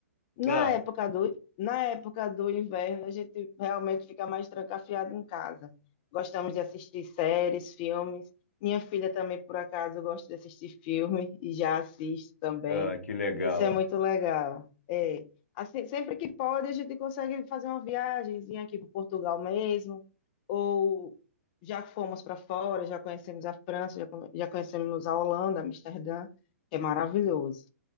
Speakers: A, on the left; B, on the left.
A: Na
B: Ah,
A: época do, na época do inverno, a gente realmente fica mais trancafiado em casa. Gostamos de assistir séries, filmes. Minha filha também, por acaso, gosta de assistir filme e já assiste também.
B: ah, que legal.
A: Isso é muito legal. É. Assim, sempre que pode, a gente consegue fazer uma viagemzinha aqui para Portugal mesmo, ou já que fomos para fora, já conhecemos a França, já, come- já conhecemos a Holanda, Amsterdã, é maravilhoso.